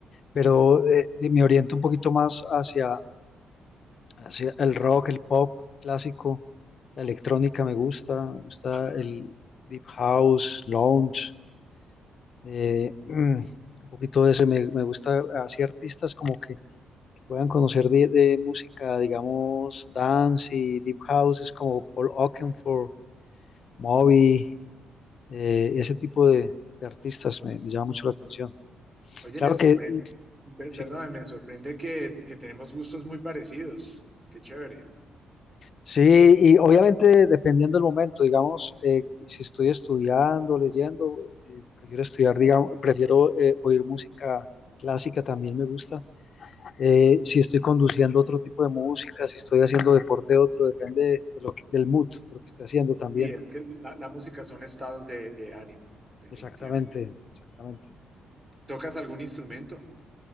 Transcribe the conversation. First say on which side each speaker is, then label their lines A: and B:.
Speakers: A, on the left (about 55°); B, on the right (about 15°).
A: pero eh, me oriento un poquito más hacia, hacia el rock, el pop clásico, la electrónica me gusta, me gusta
B: A mí
A: el
B: también.
A: deep house, lounge, eh, <clears throat> mm, un poquito de ese, me, me gusta así artistas como que, que puedan conocer de, de música, digamos, dance y deep house, es como Paul Oakenfold, Moby, eh, ese tipo de, de artistas me, me llama mucho la atención.
B: Oye,
A: Claro
B: me sorprende,
A: que
B: per-
A: sí,
B: perdóname, me sorprende que, que tenemos gustos muy parecidos. Qué chévere.
A: Sí, y obviamente dependiendo del momento, digamos, eh, si estoy estudiando, leyendo, eh, prefiero estudiar, digamos, prefiero eh, oír música clásica, también me gusta. Eh, si estoy conduciendo otro tipo de música, si estoy haciendo deporte otro, depende de, lo que- del mood, de lo que esté haciendo también.
B: Sí, es que la, la música son estados de, de ánimo, definitivamente.
A: Exactamente, exactamente.
B: ¿Tocas algún instrumento?